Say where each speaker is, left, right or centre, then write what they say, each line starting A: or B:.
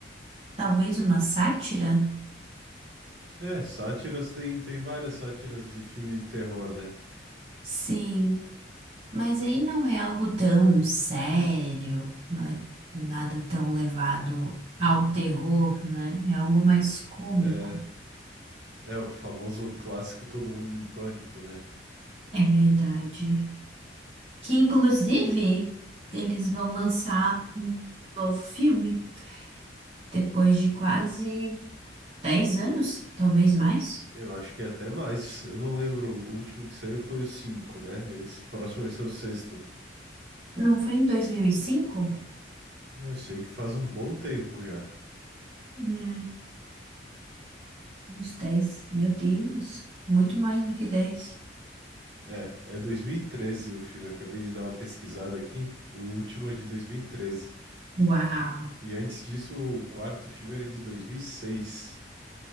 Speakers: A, on the right; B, on the right.
A: Talvez uma sátira?
B: É, sátiras tem, tem várias sátiras de filme de terror, né?
A: Sim. Mas aí não é algo tão sério, não é nada tão levado ao terror, né? É algo mais cômico.
B: É, é o famoso clássico Todo Mundo em Pânico, né?
A: É verdade. Que inclusive eles vão lançar um novo filme depois de quase 10 anos, talvez mais.
B: Eu acho que é até mais. Eu não lembro, o último que saiu foi o 5, né? Esse próximo vai ser o sexto.
A: Não foi em dois mil e cinco,
B: É, Eu sei que faz um bom tempo já.
A: É, uns 10, Meu Deus, muito mais do que dez.
B: É, é 2013 o filme, acabei de dar uma pesquisada aqui. O último é de dois mil E treze.
A: Uau!
B: E antes disso, o quarto filme era de 2006.